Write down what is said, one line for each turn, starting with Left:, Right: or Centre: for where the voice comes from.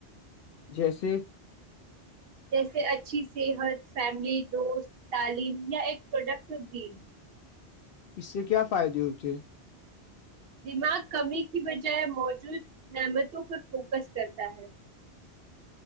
Left: جیسے
Right: جیسے اچھی صحت فیملی دوست تعلیم یا ایک پروڈکٹیو گم
Left: اس سے کیا فائدے ہوتے؟
Right: دماغ کمی کی بجائے موجود نعمتوں پر فوکس کرتا ہے